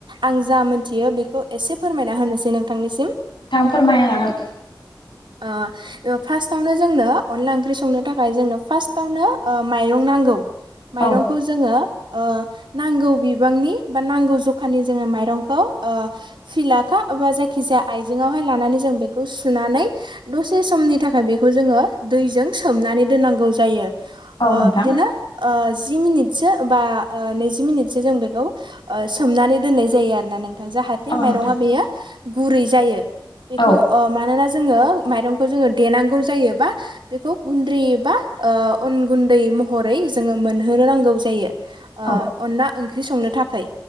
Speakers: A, on the right; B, on the left.
A: आं जा मोनथियो बेखौ एसे फोरमायना होनोसै नोंथांनिसिम।
B: फोरमाया लागोन।
A: ओ ओ फार्स्टआवनो जोंनो अनला ओंख्रि संनो थाखाय जोंनो फार्स्टआवनो ओ माइरं नांगौ। माइरंखौ
B: औ
A: जोङो ओ नांगौ बिबांनि बा नांगौ जखानि जोङो माइरंखौ ओ फिलाखा एबा जायखि जाया आइजेंआवहाय लानानै जों बेखौ सुनानै दसे समनि थाखाय बेखौ जोङो दैजों सोमनानै दोननांगौ जायो ओ
B: औ नोंथां
A: बिदिनो ओ जि मिनिटसो बा नैजि ओ मिनिटसो जों बेखौ ओ सोमनानै दोननाय जायो आरो ना नोंथां जाहा थे
B: औ
A: माइरंआ
B: नोंथां
A: बेयो गुरै जायो बेखौ
B: औ
A: ओ मानोना जोङो माइरंखौ जोङो देनांगौ जायोबा बेखौ गुन्द्रै एबा ओ अन गुन्दै महरै जोङो मोनहोनो नांगौ जायो। ओ
B: औ
A: अनला ओंख्रि संनो थाखाय